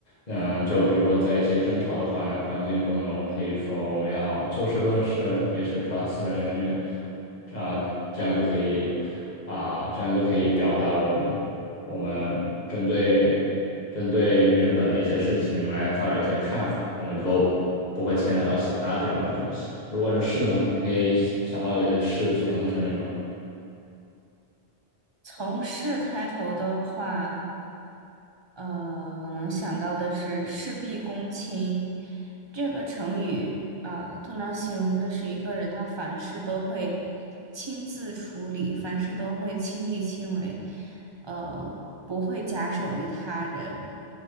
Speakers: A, on the left; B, on the right.
A: 嗯，就比如说在一些争吵的环环境中呢，我们可以说我们要就事论事，别扯上私人恩怨，啊、这样就可以啊、这样就可以表达我们我们针对针对原本的一些事情来发表一些看法，我们就不会牵扯到其他这样的东西。如果是事呢，你可以想到有一些事组成的成语吗？
B: 从事开头的话，呃，我能想到的是事必躬亲这个成语，呃，通常形容的是一个人他凡事都会亲自处理，凡事都会亲力亲为，呃，不会假手于他人。